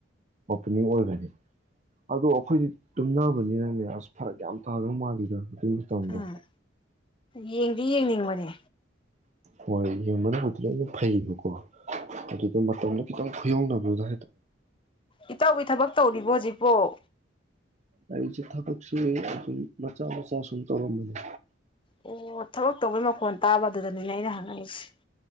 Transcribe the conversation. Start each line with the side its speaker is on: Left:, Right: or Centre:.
Right: ꯑꯣꯄꯅꯤꯡ ꯑꯣꯏꯕꯅꯦ ꯑꯗꯣ ꯑꯩꯈꯣꯏꯗꯤ ꯇꯨꯝꯅꯕꯅꯤꯅꯅꯦ ꯑꯁ ꯐꯔꯛ ꯌꯥꯝ ꯇꯥꯗꯧ ꯃꯥꯜꯂꯤꯗ ꯑꯗꯨ ꯃꯇꯝꯗꯣ
Left: ꯎꯝ ꯌꯦꯡꯗꯤ ꯌꯦꯡꯅꯤꯡꯕꯅꯦ
Right: ꯍꯣꯏ ꯌꯦꯡꯕꯅꯕꯨꯗꯤ ꯂ ꯑꯗꯨꯝ ꯐꯩꯌꯦꯕꯀꯣ ꯑꯗꯨꯗꯣ ꯃꯇꯝꯗ ꯈꯤꯇꯪ ꯌꯧꯅꯅꯕꯗꯥ
Left: ꯏꯇꯧꯒꯤ ꯊꯕꯛ ꯇꯧꯔꯤꯕꯣ ꯍꯧꯖꯤꯛ ꯑꯣ
Right: ꯑꯩꯁꯦ ꯊꯕꯛꯁꯨ ꯑꯗꯨꯝ ꯃꯆꯥ ꯃꯆꯥ ꯁꯨꯝ ꯇꯧꯔꯝꯝꯕꯅꯤ
Left: ꯑꯣ ꯊꯕꯛ ꯇꯧꯕꯩ ꯃꯈꯣꯟ ꯇꯥꯕ ꯑꯗꯨꯗꯅꯤꯅꯦ ꯑꯩꯅ ꯍꯪꯉꯛꯏꯁꯦ